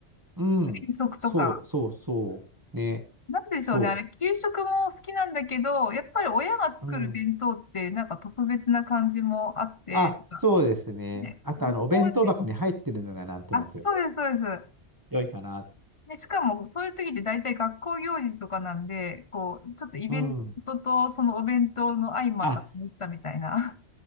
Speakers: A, on the right; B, on the left.
A: うん。
B: 遠足とか。
A: そうそうそう。ね。
B: なんでしょうね。
A: そ
B: あれ、給食も好きなんだけど、やっぱり親が作る弁当ってなんか特別な感じもあって、
A: う。うん。あ、そうですね。
B: なんかね、
A: あと、
B: 学校で、
A: あの、お弁当箱に入ってるのがなんとなく
B: あ、そうです、そうです。
A: 良いかな。
B: で、しかも、そういう時って大体学校行事とかなんで、こう、ちょっとイベントとそのお弁当の相まった楽しさみたいな。
A: うん。あ、